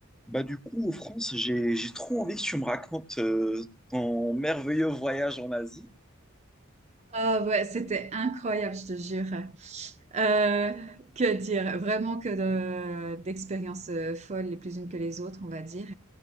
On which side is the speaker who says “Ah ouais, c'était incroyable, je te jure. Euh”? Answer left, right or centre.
Right